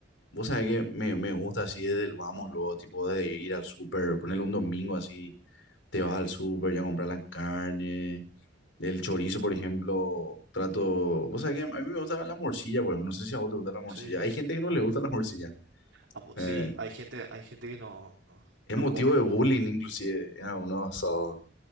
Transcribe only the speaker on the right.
Sí,
sí.
Me-
enc-
Ah, pues
sí, hay gente, hay gente que no,
no
come.